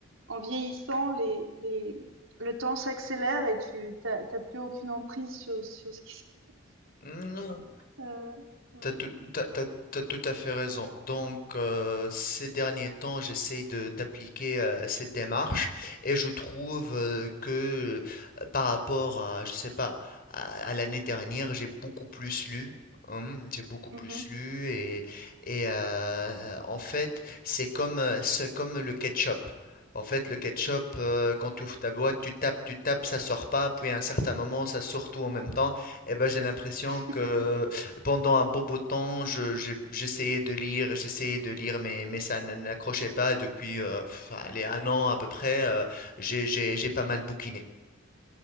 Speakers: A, on the right; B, on the left.
A: en vieillissant, les les le temps s'accélère et tu t'as t'as plus aucune emprise sur sur ce qui se passe.
B: Mm,
A: Euh, ouais.
B: T'as tout, t'as- t'as- t'as tout à fait raison. Donc, euh, ces derniers temps, j'essaye de- d'appliquer euh, cette démarche et je trouve euh, que euh, par rapport à, je sais pas, à, à l'année dernière, j'ai beaucoup plus lu. hein, j'ai beaucoup plus
A: Mhm.
B: lu et, et, euh, en fait, c'est comme, euh, c'est comme le ketchup. En fait, le ketchup, euh, quand tu ouvres ta boîte, tu tapes, tu tapes, ça sort pas, puis à un certain moment, ça sort tout en même temps. Et ben, j'ai l'impression
A: <laughs>
B: que pendant un bon bout de temps, je- j'ai- j'essayais de lire, j'essayais de lire, mais, mais ça n- n'accrochait pas. Depuis euh, pff, allez, un an à peu près, euh, j'ai j'ai- j'ai pas mal bouquiné.